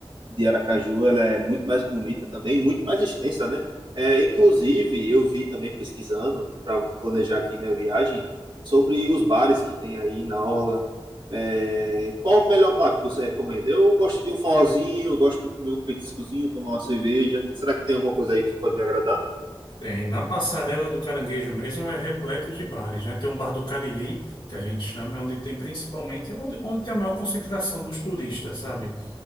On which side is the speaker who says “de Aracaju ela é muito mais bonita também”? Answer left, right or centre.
Right